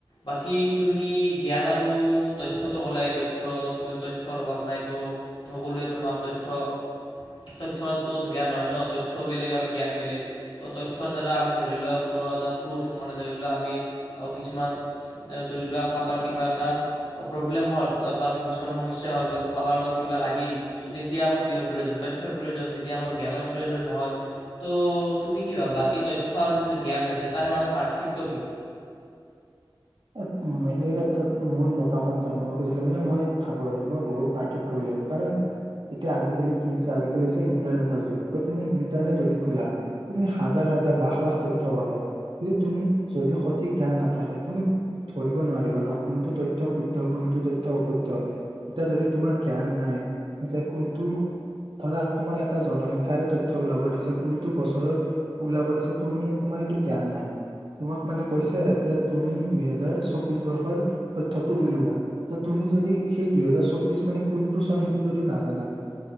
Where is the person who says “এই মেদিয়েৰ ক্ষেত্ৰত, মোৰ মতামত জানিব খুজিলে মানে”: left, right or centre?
Right